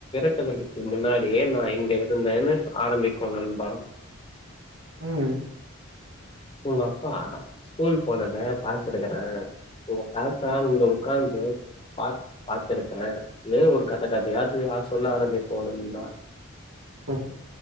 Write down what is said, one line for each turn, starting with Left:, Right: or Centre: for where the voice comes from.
Left: <unintelligible> க்கு முன்னாடியே நா இங்க இருந்துதேனு ஆரம்பிக்கு நண்பா
Right: உம்
Left: உங்க அப்பா ஸ்கூல் போனத பாத்துருக்றே ஒங்க தாத்தா இங்க உக்காந்து பாட் பாத்திருக்கார் ஏ ஒரு கத்த கதயாச்சு யாரு சொல்ல ஆரம்பிப்போம் நண்பா
Right: உம் ம்